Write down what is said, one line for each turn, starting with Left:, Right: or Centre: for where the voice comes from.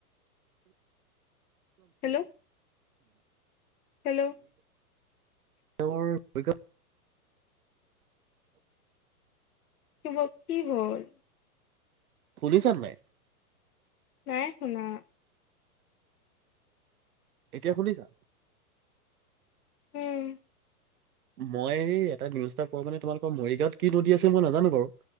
Left: হেল্ল' হেল্ল'
Right: তেওঁৰ পৰীক্ষা
Left: কিহল কি হ'ল
Right: শুনিছানে নাই?
Left: নাই শুনা।
Right: এতিয়া শুনিছা?
Left: উম
Right: মই এটা নিউজ এটা পোৱা মানে তোমালোকৰ মৰিগাঁৱত কি নদী আছে মই নাজানো বাৰু